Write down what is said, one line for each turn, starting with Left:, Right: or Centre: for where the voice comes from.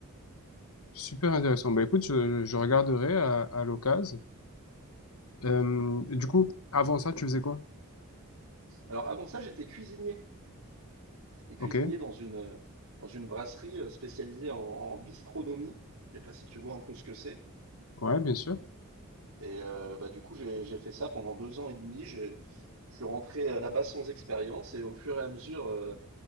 Left: super intéressant. Bah écoute, je, je regarderai à, à l'occasion. Euh, du coup, avant ça, tu faisais quoi?
Right: Alors, avant ça, j'étais cuisinier. J'étais cuisinier
Left: Ok,
Right: dans une, euh, dans une brasserie euh, spécialisée en, en bistronomie. Je sais pas si tu vois un peu ce que c'est.
Left: ouais, bien sûr.
Right: Et euh, bah, du coup, j'ai, j'ai fait ça pendant deux ans et demi. J'ai- Je suis rentré euh, là-bas sans expérience. Et au fur et à mesure euh,